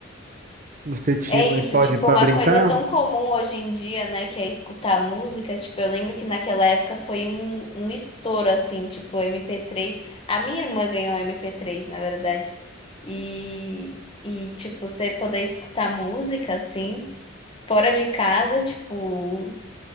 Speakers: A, on the right; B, on the left.
A: Você tinha
B: é isso,
A: um iPod
B: tipo,
A: pra
B: uma
A: brincar?
B: coisa tão comum hoje em dia, né, que é escutar música. Tipo, eu lembro que naquela época foi um, um estouro, assim, tipo, mp três A minha irmã ganhou mp três na verdade. E, e, tipo, você poder escutar música, assim, fora de casa, tipo,